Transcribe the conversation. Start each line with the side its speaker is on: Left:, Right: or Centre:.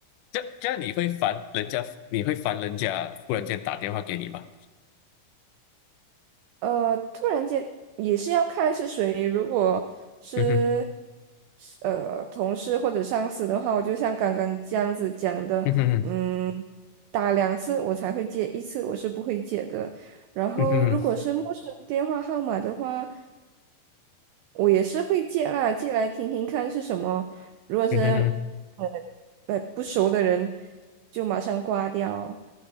Left: 这这样你会烦人家，你会烦人家忽然间打电话给你吗？
Right: 呃，突然间也是要看是谁，如果是
Left: 嗯哼
Right: 是呃同事或者上司的话，我就像刚刚这样子讲的，
Left: 嗯哼
Right: 嗯，打两次我才会接，一次我是不会接的。然后如果是陌生电话号码的话。
Left: 嗯哼
Right: 我也是会借啦，借来听听看是什么。如果是
Left: 嗯哼，
Right: 呃呃不熟的人，就马上挂掉。